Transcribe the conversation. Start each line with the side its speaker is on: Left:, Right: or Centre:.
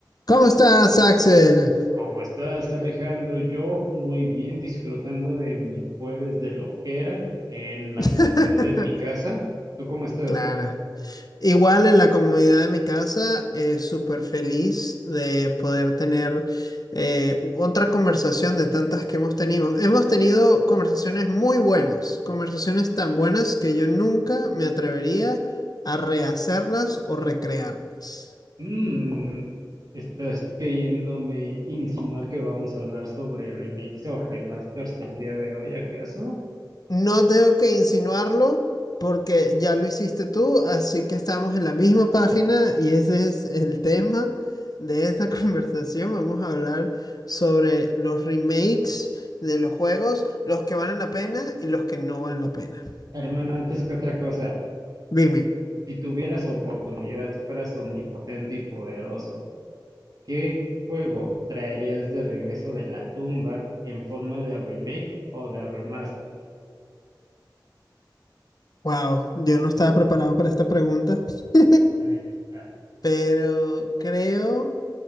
Left: ¿Cómo estás, Axel?
Right: ¿Cómo estás, Alejandro? Yo muy bien, disfrutando de mi jueves de loquera en la
Left: <laughs>
Right: comodidad de mi casa. ¿Tú cómo estás?
Left: Claro. Igual en la comunidad de mi casa, eh, súper feliz de poder tener eh, otra conversación de tantas que hemos tenido. Hemos tenido conversaciones muy buenas, conversaciones tan buenas que yo nunca me atrevería a rehacerlas o recrearlas.
Right: Mm, estás queriéndome insinuar que vamos a hablar sobre remakes o remasters el día de hoy, ¿acaso?
Left: No tengo que insinuarlo porque ya lo hiciste tú, así que estamos en la misma página y ese es el tema de esta <laughs> conversación. Vamos a hablar sobre los remakes de los juegos, los que valen la pena y los que no valen la pena.
Right: Hermano, antes que otra cosa,
Left: Dime,
Right: si tuvieras oportunidad, si fueras omnipotente y poderoso, ¿qué juego traerías de regreso de la tumba en forma de remake o de remaster?
Left: wow, yo no estaba preparado para esta pregunta, <laughs>
Right: Nadie lo está.
Left: pero creo